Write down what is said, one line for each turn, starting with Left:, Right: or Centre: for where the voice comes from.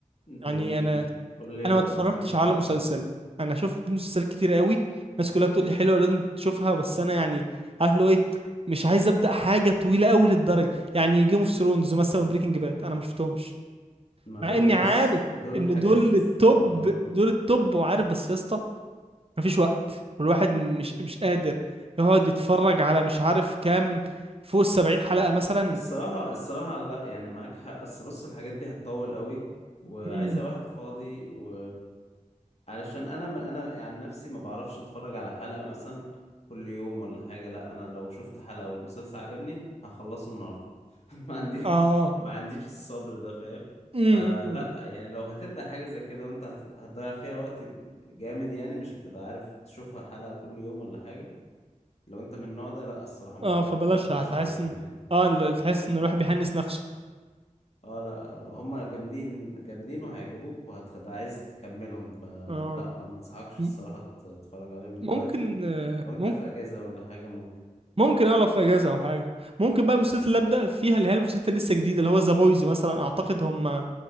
Left: زي
Right: يعني
Left: مين
Right: انا
Left: قول لي
Right: انا
Left: ممكن
Right: ما اتفرجتش
Left: اكون
Right: على مسلسل
Left: شفت
Right: انا شفت مسلسلات كتير قوي الناس كلها بتقول لي حلوة لازم تشوفها بس انا يعني عارف لو ايه مش عايز ابدا حاجة طويلة قوي للدرجة يعني جيم اوف ثرونز مثلا وبريكنج باد انا ما شفتهمش
Left: ما
Right: مع
Left: دول
Right: اني عارف
Left: بص دول
Right: ان
Left: حاجات
Right: دول التوب
Left: اه
Right: دول التوب وعارف بس يا اسطى مفيش وقت والواحد مش مش قادر يقعد يتفرج على مش عارف كام فوق السبعين حلقة مثلا
Left: الصراحة الصراحة لا يعني معاك حق بس بص الحاجات دي هتطول قوي وعايزة
Right: مم.
Left: واحد فاضي و علشان انا ما انا يعني نفسي ما بعرفش اتفرج على حلقة مثلا كل يوم ولا حاجة لا انا لو شفت حلقة والمسلسل عجبني هخلصه النهاردة <laughs> ما عنديش
Right: اه
Left: ما عنديش الصبر ده فاهم
Right: امم
Left: فلا يعني لو هتبدأ حاجة زي كده وانت هت- هتضيع فيها وقت جامد يعني مش هتبقى عارف تشوفها حلقة كل يوم ولا حاجة لو انت من النوع ده لا الصراحة ما
Right: اه
Left: ت- ما
Right: فبلاش
Left: تتفرجش
Right: هتحس
Left: عليهم
Right: ان
Left: يعني
Right: اه ال- تحس ان الواحد بيحنس نفسه
Left: اه لا هما جامدين جامدين وهيعجبوك وهتبقى عايز تكملهم فلا
Right: اه
Left: ما انصحكش الصراحة
Right: م-
Left: ت- تتفرج عليهم دلوقتي
Right: ممكن آه،
Left: لو انت
Right: ممكن
Left: في اجازة ولا حاجة ممكن
Right: ممكن انا لو في اجازه او حاجه ممكن بقى المسلسلات اللي ابدا فيها اللي هي المسلسلات اللي لسه جديده اللي هو ذا بويز مثلا اعتقد هم